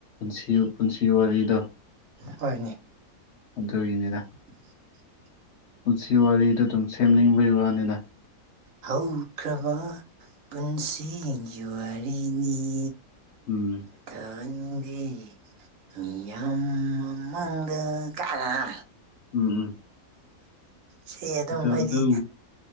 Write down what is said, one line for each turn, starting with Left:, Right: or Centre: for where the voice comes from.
Left: ꯄꯨꯟꯁꯤ ꯄꯨꯟꯁꯤ ꯋꯥꯔꯤꯗ
Right: ꯍꯣꯏꯅꯦ
Left: ꯑꯗꯨꯒꯤꯅꯤꯗ
Right: <inaudible>
Left: ꯄꯨꯟꯁꯤ ꯋꯥꯔꯤꯗ ꯑꯗꯨꯝ ꯁꯦꯝꯅꯤꯡꯕꯩ ꯋꯥꯅꯤꯗ
Right: ꯍꯧꯈ꯭ꯔꯕ ꯄꯨꯟꯁꯤꯒꯤ ꯋꯥꯔꯤꯅꯤ
Left: ꯎꯝ
Right: ꯊꯟ ꯃꯤ ꯃꯤꯌꯥꯝ ꯃꯃꯥꯡꯗ ꯀꯥꯏꯅ
Left: ꯎꯝ ꯎꯝ
Right: ꯁꯤ ꯑꯗꯨꯝ
Left: ꯑꯗꯨ
Right: ꯑꯩꯗꯤ
Left: ꯑꯗꯨ